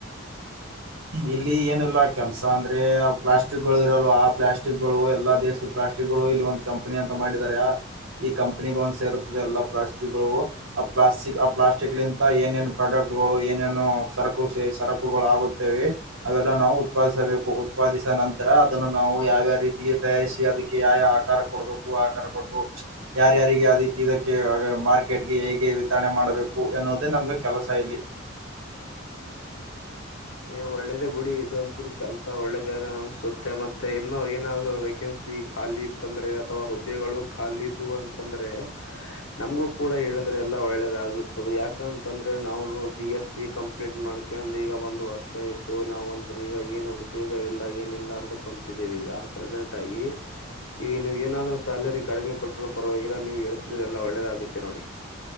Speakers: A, on the right; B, on the left.
A: ಇಲ್ಲಿ ಏನಲ್ಲ ಕೆಲ್ಸ ಅಂದ್ರೆ ಮ ಪ್ಲಾಸ್ಟಿಕ್ಗಳು ಇರಲ್ಲ ಆ ಪ್ಲಾಸ್ಟಕ್ ಗಳು ಎಲ್ಲಾ ದೇಶದ ಪ್ಲಾಸ್ಟಿಕ್ ಗಳು ಇಲ್ಲಿ ಒಂದ್ ಕಂಪ್ನಿ ಅಂತ ಮಾಡಿದಿದ್ದಾರೆ ಈ ಕಂಪ್ನಿ ಒಂದ್ ಸೇರುತ್ತದೆ ಎಲ್ಲ ಪ್ಲಾಸ್ಟಿಕ್ಗಳು ಆ ಪ್ಲಾಸ್ಟಿಕ್ ಆ ಪ್ಲಾಸ್ಟಿಕ್ಲಿಂತ ಏನೇನು ಪ್ರಾಡಕ್ಟ್ ಗಳು ಏನೇನು ಸರಕು ಸ ಸರಕುಗಳುಗುತ್ತ ಅವೆಲ್ಲ ನಾವು ಉತ್ಪಾದಿಸಬೇಕು ಉತ್ಪಾದಿಸ ನಂತರ ಅದನ್ನು ನಾವು ಯಾವ್ಯಾವ ರೀತಿಗೆ ತಯಾರಿಸಿ ಅದಕ್ಕೆ ಯಾವ ಆಕಾರ ಕೊಡಬೇಕು ಆಕಾರ ಕೊಟ್ಟು ಯಾರ್ಯಾರಿಗೆ ಅದಕ್ಕೆ ಇದಕ್ಕೆ ಮಾರ್ಕೆಟ್ಗೆ ಹೇಗೆ ವಿತರಣೆ ಮಾಡಬೇಕು ಎನ್ನೋದು ಇದೇ ನಮ್ದು ಕೆಲಸ ಇಲ್ಲಿ
B: ಏ ಒಳ್ಳೇದೇ ಬಿಡಿ ಇದಂತರು ಕೆಲ್ಸ ಒಳ್ಳೇದ ಅನ್ಸುತ್ತೆ ಮತ್ತೆ ಇನ್ನೋ ಏನಾದ್ರು ವೇಕೆನ್ಸಿ ಖಾಲಿ ಇತ್ತಂದ್ರೆ ಅಥವಾ ಹುದ್ದೆಗಳು ಖಾಲಿ ಇದವು ಅಂತಂದ್ರೆ ನಮಗು ಕೂಡ ಹೇಳಿದ್ರೆ ಎಲ್ಲಾ ಒಳ್ಳೆದಾಗಿಿತ್ತು ಯಾಕಂತಂದ್ರೆ ನಾನು ಬಿ ಎಸ್ಸ ಕಂಪ್ಲೀಟ್ ಮಾಡ್ಕಂದ ಈಗ ಒಂದ ವರ್ ವರ್ಷ ಆಯತ್ತು ನಾವ ಒಂದ್ರ ಈಗ ಏನು ಉದ್ಯೋಗ ಇಲ್ಲ ಏನ ಇಿಲ್ಲ ಅದ ಕುಂತಿದ್ದೇವಿ ಈಗ ಪ್ರೆಸೆಂಟ್ ಆಗಿ ಈಗ ನೀವ್ ಏನಾದ್ೂ ಸ್ಯಾಲರಿ ಕಡಿಮೆ ಕೊಟ್ಟ್ರರು ಪರವಾಗಿಲ್ಲ ನೀ್ ಎಳ್ಸಿದ್ರೆ ಎಲ್ಲಾ ಒಳ್ಳೆದಗತ್ತೆ ನೋಡಿ